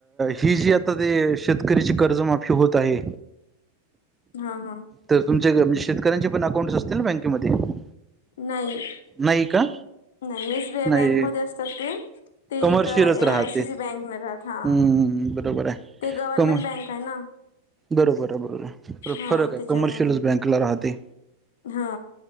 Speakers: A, on the right; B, on the left.
A: ही जी आता ते शेतकत्याची कर्जमाफी होत आहे.
B: हा हा
A: -तर तुमचे म्हणजे शेतकऱ्यांचे पण अकाउंट असतील ना बँकेमध्ये -
B: नाही
A: नाही का
B: नाही एसबीआय बँकमध्येध्ये
A: नाही
B: असतात ते ते
A: कमर्शियलच
B: इकड ए
A: राहते
B: आय सी सी बँक राहात हा
A: हम्म बरोबर आहे
B: ते गव्हर्मेंट
A: कम
B: बँक आहे ना.
A: बरोबर आहे बरोबर
B: हा
A: फरक आहे
B: त्याच्यामुळे
A: कमर्शियलस बँकला राहते.
B: हा